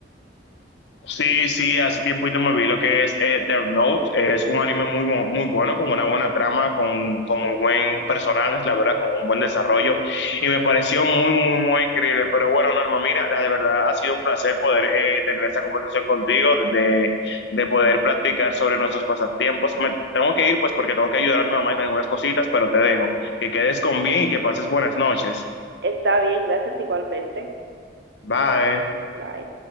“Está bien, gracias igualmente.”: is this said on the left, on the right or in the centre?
Right